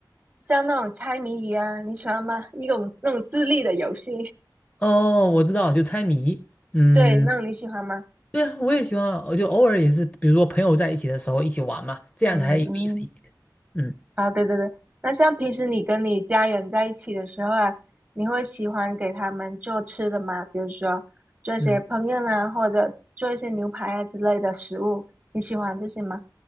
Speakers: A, on the right; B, on the left.
A: 像那种猜谜语啊，你喜欢吗？一种那种智力的游戏，
B: 哦，我知道，就猜谜。
A: <laughs>
B: 嗯，
A: 对，那种你喜欢吗？
B: 对啊，我也喜欢啊，我就偶尔也是，比如说朋友在一起的时候一起玩嘛，这样才有意思一些。
A: 嗯嗯。
B: 嗯
A: 啊，对对对，那像平时你跟你家人在一起的时候啊，你会喜欢给他们做吃的吗？比如说做一些烹饪啊，
B: 嗯。
A: 或者做一些牛排啊之类的食物，你喜欢这些吗？